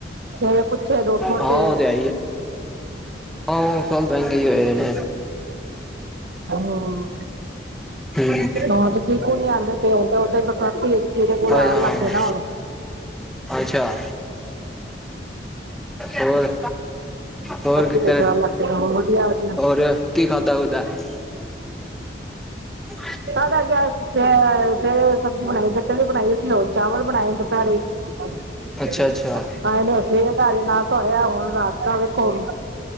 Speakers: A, on the right; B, in the centre.
A: ਸੇਬ ਪੁੱਛੇ, ਦੋ ਸੋ ਰੁਪਏ
B: ਹਾਂ ਉਹ ਤੇ ਹੈ ਹਾਂ, ਫਲ ਮਹਂਗੇ ਹੀ ਹੈਗੇ ਨੇ।
A: ਹਾਂ।
B: ਹਮ
A: ਹਾਂ ਚੀਕੂ ਨੀ ਆਉਂਦੇ ਪਏ ਹੁਣ ਤਾਂ ਉਦਾਂ ਹੀ ਬਰਸਾਤ ਪਈ ਕੀੜੇ ਕੂੜੇ
B: ਹਾਂ
A: ਆਣ
B: ਹਾਂ
A: ਲੱਗ ਗਏ ਨਾ ਹੁਣ
B: ਅੱਛਾ ਹੋਰ,
A: ਬਰਸਾਤੀ
B: ਹੋਰ ਕਿੱਦਾਂ
A: ਵਿੱਚ ਆਣ
B: ਹੈ।
A: ਲੱਗ ਗਏ ਨੇ ਹੁਣ ਵਧੀਆ ਵਧੀਆ
B: ਹੋਰ ਕੀ ਖਾਦਾ ਖੁਦਾ ਏ? <inaudible>
A: ਖਾਦਾ ਕੀ, ਸਵੇਰੇ ਸਬਜ਼ੀ ਬਣਾਈ ਗੱਟੇ ਦੀ ਬਣਾਈ ਸੀ ਹੁਣ ਚਾਵਲ ਬਣਾਏ ਦੁਪਹਿਰੇ ਹਾਂਜੀ।
B: ਅੱਛਾ, ਅੱਛਾ,
A: ਹਾਂ ਸਵੇਰ ਦਾ ਹਜੇ ਨਾਸ਼ਤਾ ਹੋਇਆ, ਹੁਣ ਰਾਤ ਦਾ ਵੇਖੋ।